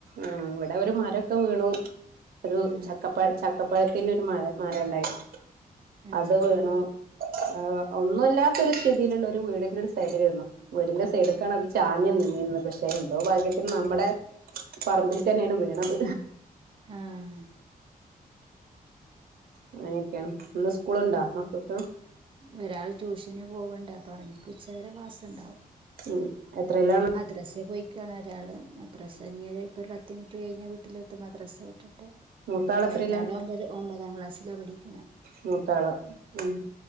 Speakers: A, on the right; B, on the right.
A: ആഹ് ഇവടെ ഒരു മരക്കെ വീണു ഒരു
B: ആഹ്
A: ചക്കപ്പയ ച ചക്കപ്പഴത്തിന്റെ ഒരു മഴ മരണ്ടായ്ര്ന്നു
B: ആഹ്
A: അത് വീണു. ആഹ് ഒന്നുല്ലാത്ത ഒരു സ്ഥിതീല്ള്ള ഒരു വീടിന്റെ ഒരു സൈഡിലെര്ന്നു വീടിന്റെ സൈഡ്ക്കാണത് ചാഞ് ന്ന്ന്നീന്ന് പക്ഷെ എന്തോ ഭാഗ്യത്തിന് ന്നമ്മടെ പറമ്പിൽക്കന്നേണ് വീണത്.
B: ആഹ്.
A: അങ്ങനെക്കേണ് ന്ന് സ്കൂള്ണ്ടോ മക്കക്ക്?
B: ഒരാള് ട്യൂഷന് പോവ്ണ്ട് അപ്പൊ അവൻക്ക് ഉച്ചവരെ ക്ലാസ്സ്ണ്ടാവും.
A: ഉം എത്രീലാണ്.
B: മദ്രസേ പോയിക്കാണ് ഒരാള് മദ്രസ ഇഞ്ഞി ഇപ്പോ ഒരു പത്തിൻറ്റ് കയ്ഞ്ഞാ വീട്ടിലെത്തും മദ്രസ വ്ട്ട്
A: മൂത്താള് എത്രയിലാ
B: മറ്റാള് ഒമ്പത് ഒമ്പതാം ക്ലാസ്സ്ലാ പഠിക്ക്ണ്.
A: മൂത്താളോ ഉം